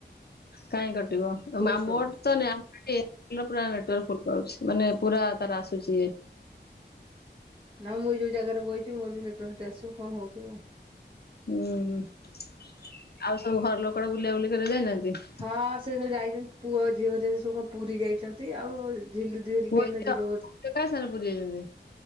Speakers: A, on the left (about 60°); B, on the right (about 30°).
A: କାହିଁ କଟିବ,
B: ଫୁଲ ଷ୍ଟପ
A: ମୋର ତ୍ ନେଟ କେ ପୁରା ନେଟୱର୍କ ଫୁଲ ପା, ମାନେ ପୁରା ତାର ଆସୁଛି ଇଏ।
B: ନା ମୁଁ ଯୋଉ ଜାଗାରେ ବଇଛି ମୋର ବି ନେଟୱର୍କ ସେଠି ଆସିବ କଣ ହଉଥିବ।
A: ହୁଁ ଆଉ ସବୁ ଘର ଲୋକ କୁଆଡେ ବୁଲା ବୁଲି କରିବାକୁ ଯାଇନାହାନ୍ତି?
B: ହଁ ସେ ସବୁ ଯାଇଛନ୍ତି ପୁଅ ଝିଅ କୁ ଧରି ସବୁ କଣ ପୁରୀ ଯାଇଛନ୍ତି, ଆଉ ଝିଲ ଦିଦି ହେରିକା
A: ପୁଅ
B: ଏଇନା
A: ଝିଅ
B: ଯିବେ ବୋଧେ।
A: କା ସାଙ୍ଗରେ ପୁରୀ ଯାଇଛନ୍ତି?